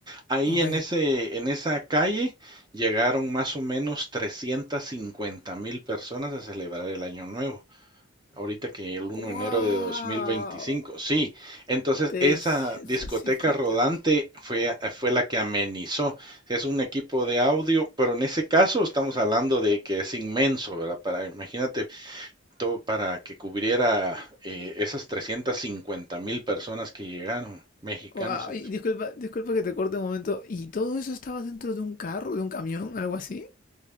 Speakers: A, on the right (about 20°); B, on the left (about 40°).
A: Ahí
B: Ok.
A: en ese, en esa calle llegaron más o menos 350 mil personas a celebrar el Año Nuevo. Ahorita que el 1
B: ¡Wow!
A: de enero de 2025, sí. Entonces,
B: Trescientos
A: esa discoteca
B: cincuenta
A: rodante
B: mil.
A: fue, fue la que amenizó. Es un equipo de audio, pero en ese caso estamos hablando de que es inmenso, ¿verdad? Para, imagínate, todo para que cubriera eh, esas 350 mil personas que llegaron, mexicanos.
B: Guau, Y disculpa, disculpa que te corte un momento. ¿Y todo eso estaba dentro de un carro, de un camión, algo así?